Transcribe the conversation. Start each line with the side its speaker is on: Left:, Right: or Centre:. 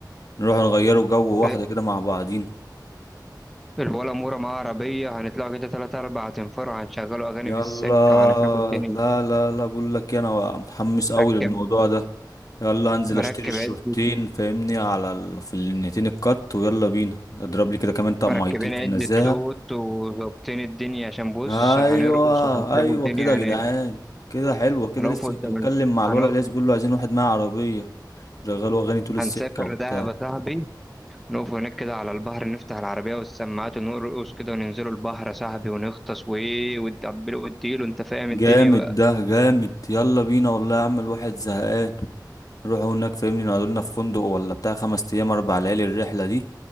Left: نروح نغيروا جو واحده
Centre: إيه،
Left: كده مع بعضينا
Centre: الولا مورا معاه عربيه هنطلعوا كده تلاتة أربعة تنفروا هنشغلوا اغاني
Left: يلا
Centre: في السكه وهنخربوا الدنيا
Left: لا لا لا بقول لك إيه، انا متحمس
Centre: مركب
Left: قوي للموضوع ده يلا هنزل
Centre: مركب
Left: اشتري الشورتين
Centre: عد
Left: فاهمني على ال... في النتين الكات ويلا بينا اضرب لي كده كمان طقميتين
Centre: مركبين
Left: في
Centre: عدة
Left: النزاهه
Centre: صوت وظابطين الدنيا عشان بص
Left: ايوه
Centre: هنرقص وهنسيبوا
Left: ايوه
Centre: الدنيا
Left: كده يا جدعان
Centre: هناك
Left: كده حلوه كده
Centre: هنقف
Left: لسه
Centre: قدام
Left: كنت بتكلم
Centre: ال...
Left: مع الولد
Centre: هنق...
Left: اللي بيقول له عايزين واحد معاه عربيه شغلوا اغاني طول السكه
Centre: هنسافر
Left: وبتاع
Centre: دهب يا صاحبي نقف هناك كده على البحر نفتح العربية والسماعات ونرقص كده وننزلوا البحر يا صاحبي ونغطس وإيه وتدبلوا وتديلوا أنت فاهم
Left: جامد
Centre: الدنيا بقى
Left: ده جامد يلا بينا والله يا عم الواحد زهقان نروحوا هناك فاهمني نقعدوا لنا في فندق ولا بتاع خمس ايام اربع ليالي الرحله دي